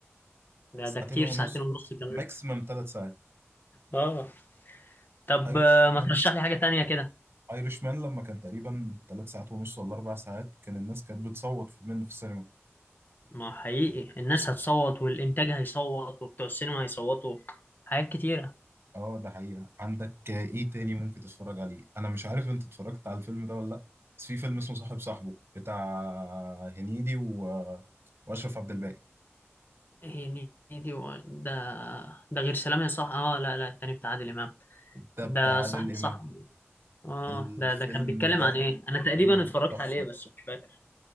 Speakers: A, on the left (about 45°); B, on the right (about 55°).
A: ده
B: ساعتين
A: ده كتير
B: مم. ونص
A: ساعتين ونص كمان
B: ماكسيمم ثلاث ساعات
A: اه طب
B: ايرش
A: آه،
B: مان
A: ما ترشح لي حاجه تانية كده
B: ايرش مان لما كان تقريبا ثلاث ساعات ونص ولا اربع ساعات كان الناس كانت بتصوت في منه في السينما
A: ما حقيقي الناس هتصوت والانتاج هيصوت وبتوع السينما هيصوتوا حاجات كتيره
B: اه ده حقيقة عندك ايه تاني ممكن تتفرج عليه انا مش عارف انت اتفرجت على الفيلم ده ولا لا بس في فيلم اسمه صاحب صاحبه بتاع هنيدي و... واشرف عبد الباقي
A: هي نيدي و... ده ده غير سلام يا صح اه لا لا التاني بتاع عادل امام
B: ده
A: ده
B: بتاع
A: صاحب
B: عادل امام
A: صاحب اه
B: الفيلم
A: ده ده كان بيتكلم
B: ده
A: عن ايه انا تقريبا
B: الفيلم ده
A: اتفرجت
B: تحفة
A: عليه بس مش فاكر